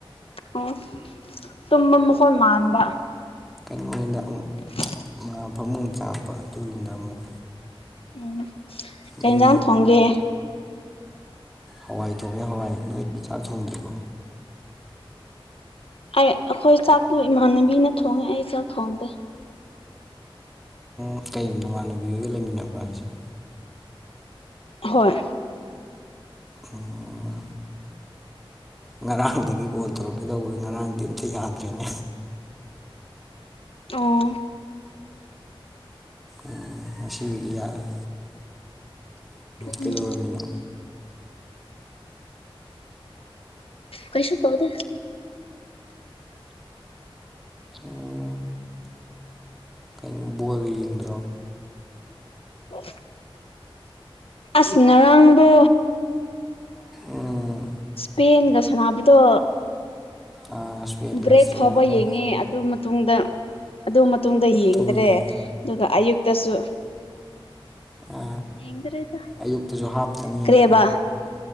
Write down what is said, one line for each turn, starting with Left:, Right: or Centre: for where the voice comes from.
Left: ꯑꯣ ꯇꯨꯝꯕ ꯃꯈꯣꯏ ꯃꯥꯟꯕ
Centre: ꯀꯩꯅꯣ ꯑꯣꯏꯅ ꯑꯃꯨꯛ
Left: <inaudible>
Centre: ꯃꯥ ꯐꯃꯨꯡ ꯆꯥꯄ ꯑꯗꯨꯒꯤꯗ ꯑꯃꯨꯛ
Left: ꯎꯝ ꯀꯩꯦꯟꯟꯁꯥꯡ
Centre: ꯃꯤ
Left: ꯊꯣꯡꯒꯦ
Centre: ꯍꯋꯥꯏ ꯊꯣꯡꯉꯦ ꯍꯋꯥꯏ ꯅꯣꯏ ꯆꯥꯛ ꯊꯣꯡꯗ꯭ꯔꯤꯕꯣ
Left: ꯑꯩ ꯑꯩꯈꯣꯏ ꯆꯥꯛꯇꯣ ꯏꯃꯥꯟꯅꯕꯤꯅ ꯊꯣꯡꯉꯦ ꯑꯩ ꯆꯥꯛ ꯊꯣꯡꯗꯦ
Centre: ꯎ ꯀꯩꯅꯣ ꯅꯃꯥꯟꯅꯕꯤꯒꯒ ꯂꯩꯃꯤꯟꯅꯕ꯭ꯔꯥ ꯍꯥꯏꯁꯤꯦ
Left: ꯍꯣꯏ
Centre: ꯑꯣ ꯉꯔꯥꯡꯗꯒꯤ ꯀꯣꯜ ꯇꯧꯔꯛꯀꯦꯗꯧꯕꯅꯤ ꯉꯔꯥꯡꯗꯤ ꯑꯝꯇ ꯌꯥꯗ꯭ꯔꯦꯅꯦ
Left: ꯑꯣ
Centre: ꯎꯝ ꯉꯁꯤꯕꯨꯗꯤ ꯌꯥꯔꯦ
Left: ꯎꯝ
Centre: ꯀꯩꯗꯧꯔꯝꯃꯤꯅꯣ
Left: ꯀꯩꯁꯨ ꯇꯕꯗꯦ
Centre: ꯑꯣ ꯀꯩꯅꯣ ꯕꯣꯔꯒ ꯌꯦꯡꯗ꯭ꯔꯣ
Left: ꯍ ꯑꯁ ꯉꯔꯥꯡꯗꯣ
Centre: ꯎꯝ
Left: ꯕꯦꯟꯒ ꯁꯥꯟꯅꯕꯗꯣ
Centre: ꯑꯥ ꯏꯁꯄꯦꯟꯒ
Left: ꯕ꯭ꯔꯦꯛ
Centre: ꯑꯁꯇ꯭ꯔꯦꯂꯤꯌꯥꯒ
Left: ꯐꯥꯎꯕ ꯌꯦꯡꯉꯦ ꯑꯗꯨ ꯃꯇꯨꯡꯗ ꯑꯗꯨ ꯃꯇꯨꯡꯗ ꯌꯦꯡꯗꯔꯦ
Centre: ꯇꯨꯝꯃꯦ
Left: ꯑꯗꯨꯒ ꯑꯌꯨꯛꯇꯁꯨ
Centre: ꯑ
Left: ꯌꯦꯡꯗ꯭ꯔꯦꯗ
Centre: ꯑꯌꯨꯛꯇꯁꯨ ꯍꯥꯞꯀꯅꯤꯉꯅ
Left: ꯀꯔꯤꯕ